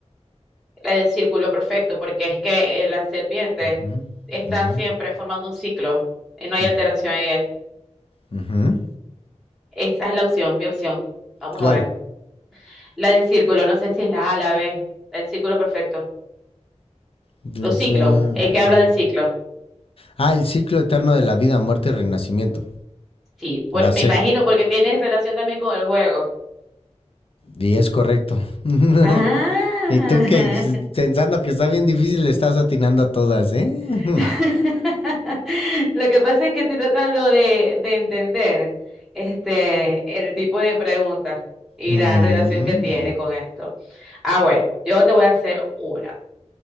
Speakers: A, in the centre; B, on the left.
A: la del círculo perfecto, porque es que eh, la serpiente
B: Ujú,
A: está
B: ujú,
A: siempre formando un ciclo y no hay
B: mm,
A: alteración en él.
B: ujú.
A: Esa es la opción, mi opción. Vamos
B: ¿Cuál?
A: a ver. La del círculo, no sé si es la A, la B, la del círculo perfecto.
B: Dice,
A: Los ciclos, el que
B: mm,
A: habla del ciclo?
B: Ah, el ciclo eterno de la vida, muerte y renacimiento.
A: Sí, por,
B: La
A: me
B: C.
A: imagino porque tiene relación también con el juego.
B: Y es correcto. <laughs>
A: Ah,
B: y tú que
A: <laughs>
B: pensando que está bien difícil, le estás atinando a todas, ¿eh? <laughs>
A: <laughs> Lo que pasa es que estoy tratando de, de entender este, el tipo de pregunta y
B: Mm,
A: la relación que tiene con esto. Ah, bueno, yo te voy a hacer una.